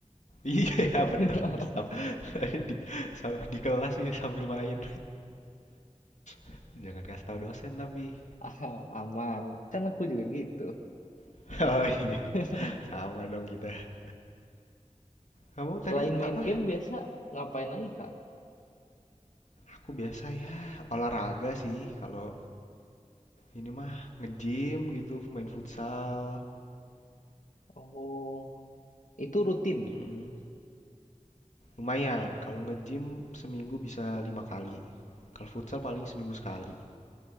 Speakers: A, on the left (about 70°); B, on the left (about 90°).
A: iya
B: <laughs>
A: bener. Di, sam- <laughs> di, sam- di kelas gitu sambil main. <laughs> Jangan kasih tahu dosen tapi.
B: Ah, aman. Kan aku juga gitu.
A: <laughs> Oh iya,
B: <laughs>
A: sama dong kita. Kamu tadi
B: Selain main
A: apa?
B: game biasa ngapain lagi Kak?
A: Aku biasa ya olahraga sih. Kalau ini mah nge-gym gitu, main futsal.
B: Oh, itu rutin.
A: Mm-mm. Lumayan. Kalau nge-gym seminggu bisa lima kali. Kalau futsal paling seminggu sekali.